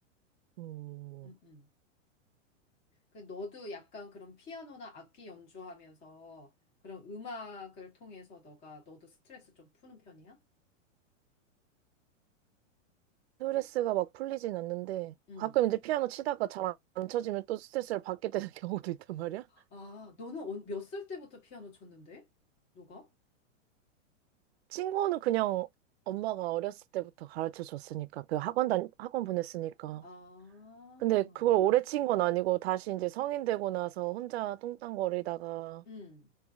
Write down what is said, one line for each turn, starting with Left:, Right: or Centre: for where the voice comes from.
Right: 음.
Left: 음, 음. 그 너도 약간 그런 피아노나 악기 연주하면서 그런 음악을 통해서 너가 너도 스트레스 좀 푸는 편이야?
Right: 스트레스가
Left: 응?
Right: 막 풀리진 않는데
Left: 응.
Right: 가끔 이제 피아노 치다가 잘 안 쳐지면 또 스트레스를 받게 되는 <laughs> 경우도 있단 말이야?
Left: 아, 너는 몇 살 때부터 피아노 쳤는데? 너가?
Right: 친구는 그냥 엄마가 어렸을 때부터 가르쳐 줬으니까, 그 학원 다, 학원 보냈으니까.
Left: 아,
Right: 근데 그걸 오래 친 건 아니고, 다시 이제 성인 되고 나서 혼자 뚱땅거리다가,
Left: 응,